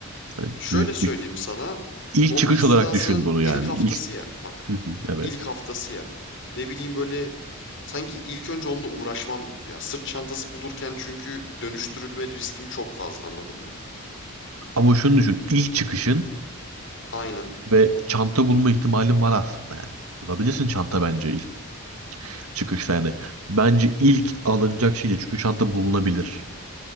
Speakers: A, on the right (about 80°); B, on the left (about 55°).
A: Hani
B: Şöyle
A: büyük
B: söyleyeyim
A: bir
B: sana.
A: ilk
B: Zombi
A: çıkış
B: istilasının
A: olarak düşün bunu yani.
B: ilk haftası
A: İlk
B: ya. Bak.
A: Hı hı, evet.
B: ilk haftası ya. Ne bileyim böyle sanki ilk önce onunla uğraşmam gibi ya. Sırt çantası bulurken çünkü dönüştürülme riskim çok fazla anladın mı?
A: Ama şunu düşün. ilk çıkışın
B: Aynen.
A: ve çanta bulma ihtimalin var aslında yani. Bulabilirsin çanta bence ilk çıkışta yani. Bence ilk alınacak şey de çünkü çanta bulunabilir.